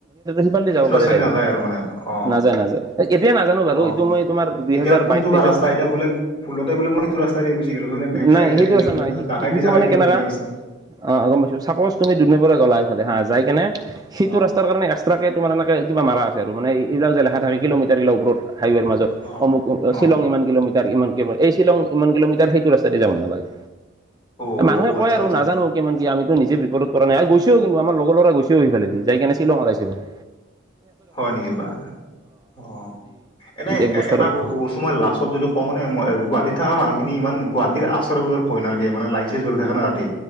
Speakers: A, on the right; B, on the left.
A: সিহঁতে
B: সেইটো ৰাস্তাদি নাযায় আৰু মানে অ
A: নাযায় নাযায় এতিয়া নাজানো বাৰু
B: অ
A: এইটো মই তোমাৰ দুইহেজাৰ
B: এতিয়া কোনটো
A: বাইশ তেইশত
B: বা ৰাস্তা এতিয়া বলে ভুলতে বোলে মই সেইটো ৰাস্তা দি গুচি গলো বোলে মই
A: নাই
B: চাই চাই
A: সেইটো
B: কিনে
A: আছে
B: বোলে
A: নাই সি-
B: ডাকাটি
A: সি- সিটো
B: চাকাটি
A: মানে কেনেকা
B: গ'ল ৰাস্তাত।
A: অ গম পাইছো চাপজ তুমি দুধনৈ গ'লা এইফালে হা যাই কেনে সেইটো
B: অ
A: ৰাস্তাৰ কাৰণে এক্সট্ৰাকে তোমাৰ এনেকে কিবা মাৰা আছে আৰু মানে এইিলাক যে লেখা থাকে কিলোমিটাৰ গিলা ওপৰত হাইৱেৰ মাজত
B: অ
A: অমুক
B: অ
A: শ্বিলং ইমান কিলোমিটাৰ। ইমান ক এই শ্বিলং ইমান কিলোমিটাৰ সেইটো ৰাস্তাতে যাব নালাগে।
B: অ
A: মানুহে কয়
B: আচ্ছা
A: আৰু
B: আচ্ছা
A: নাজানো। কিমান কি আমিতো নিজে বিপদত কৰা নাই আৰু গৈছেও কিন্তু আমাৰ লগ ল'ৰা গৈছেও সেইফালে দি যাই কাৰনে শ্বিলঙত আইছে বুলে।
B: হয় নেকি? বা অ এনে
A: এক বছৰ
B: এটা
A: অ',
B: বস্তু মই লাষ্টত যদি অ মানে গুৱাহীত থকা মানুহখিনি ইমান গুৱাহাটীৰ আচৰে বজৰে ভয় নালাগে মানে লাইট চাইত জলি থাকে না ৰাতি